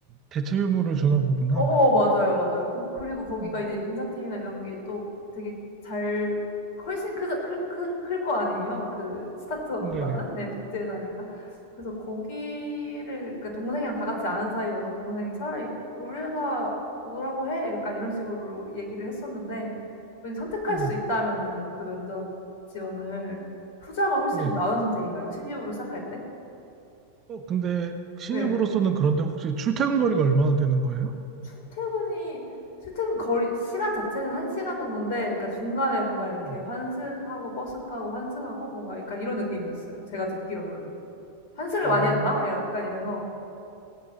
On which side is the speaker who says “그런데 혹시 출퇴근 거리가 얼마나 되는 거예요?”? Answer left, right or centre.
Right